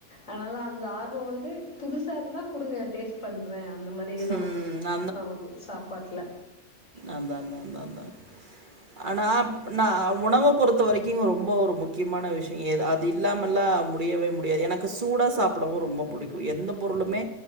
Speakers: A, on the left (about 80°); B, on the right (about 40°).
A: அதனால அந்த ஆர்வோ வந்து புதுசா இருந்தா குடுங்க டேஸ்ட் பண்றே அந்த மாரியேதா
B: ம்
A: ஆது சாப்பாட்ல
B: அந்தா அந்தா அந்தா அந்தானு ஆனா நா உணவ பொறுத்த வரைக்கு ரொம்ப ஒரு முக்கியமான விஷயோ எது அது அது இல்லாமல்லா முடியவே முடியாது எனக்கு சூடா சாப்புடவு ரொம்ப புடிக்கு எந்த பொருளுமே